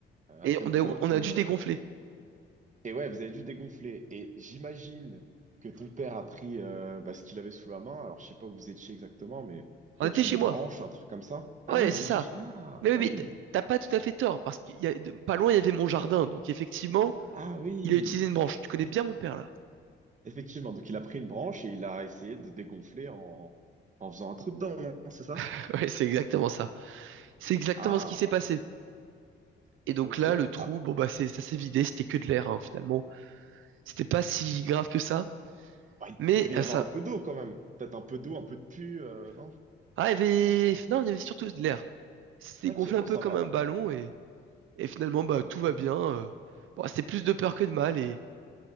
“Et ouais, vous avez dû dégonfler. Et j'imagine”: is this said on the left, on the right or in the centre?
Right